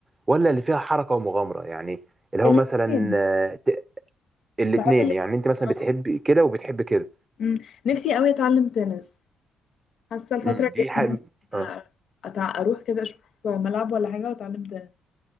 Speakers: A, on the right; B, on the left.
A: ولا اللي فيها حركة ومغامرة يعني اللي هو
B: الاثنين
A: مثلا آه، ت- الاتنين
B: بحب الاثنين
A: يعني انت مثلا بتحبي
B: آه.
A: كده وبتحبي كده
B: أمم. نفسي قوي أتعلم تنس حاسه الفتره
A: امم
B: الجايه
A: دي حاجة
B: ممكن
A: آه.
B: أتع... اروح كده اشوف ملعب ولا حاجه واتعلم تاني